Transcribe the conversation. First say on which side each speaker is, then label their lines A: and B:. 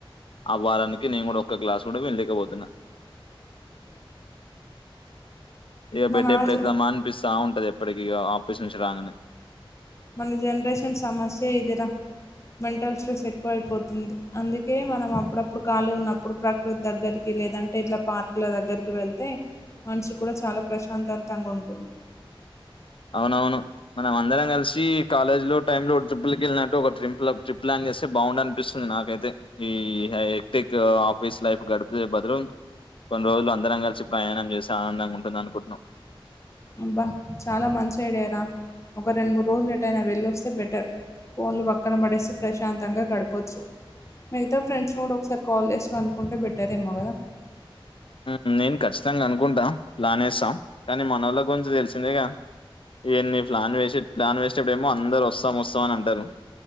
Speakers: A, on the left; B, on the left.
A: ఆ వారానికి నేను కూడా ఒక్క క్లాస్ కూడా విన్లేకపోతున్న ఇగ
B: మన
A: బెడ్ ఎప్పుడు
B: జ-
A: ఎక్కుదామా అనిపిస్తా ఉంటది ఎప్పటికిీ ఇగ ఆఫీస్ నుంచి రాంగానే
B: మన జనరేషన్ సమస్యే ఇది రా మెంటల్ స్ట్రెస్ ఎక్కువైపోతుంది అందుకే మనం అప్పుడప్పుడు ఖాళీ ఉన్నప్పుడు ప్రకృతి దగ్గరికి లేదంటే ఇట్లా పార్క్‌లా దగ్గరికి వెళ్తే మనసు కూడా చాలా ప్రశాంతతాంగా ఉంటుంది
A: అవునవును మనం అందరం కలిసి కాలేజ్‌‌లో టైంలో ట్రిప్పులకి ఎళ్లిన టు ఒక ట్రింప్ల ట్రిప్ ప్లాన్ చేస్తే బాగుండు అనిపిస్తుంది నాకైతే ఈ హైటెక్ ఆఫీసు లైఫ్ గడిపే బదులు కొన్ని రోజులు అందరం కలిసి ప్రయాణం చేస్తే ఆనందంగా ఉంటుంది అనుకుంటున్న
B: అబ్బా చాలా మంచి ఐడియారా ఒక రెండు మూడు రోజులు ఎటైనా వెళ్ళొస్తే బెటర్ ఫోన్లు పక్కన పడేసి ప్రశాంతంగా గడపొచ్చు మిగతా ఫ్రెండ్స్‌ని కూడా ఒకసారి కాల్ చేసి కనుక్కుంటే బెటరేమో కదా
A: ఉమ్మ్ నేను ఖచ్చితంగా అనుకుంటా ప్లాన్ ఎస్తా కానీ మనోళ్ళ గురించి తెలిసిందేగా ఇయన్నీ ప్లాన్ వేసి ప్లాన్ వేసేటప్పుడేమో అందరు వస్తాం వస్తామని అంటారు